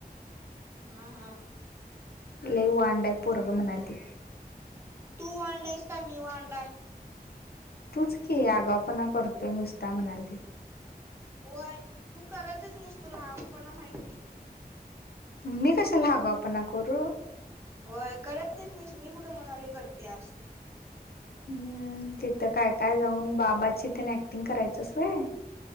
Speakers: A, on the right (about 15°); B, on the left (about 75°).
A: हा हा.
B: लई वांडय पोरगं म्हणालते.
A: तू वांडआईस का मी वांड आय.
B: तूच की,, आगाव पणा करतोय नुसता,, म्हणाल तीऽ
A: व्हयं,, तू करतच नाहीस,, तुला आगाव पणा माहितीच नाही आणि
B: म मी कशाला आगावपणा करू.
A: होय, करतच नाहीस, मी कुठं म्हणावलोय करत्यास आस
B: हम्म,, तिथं काय काय जाऊन, बाबाची तीन ऍक्टिंग करायचाच वय?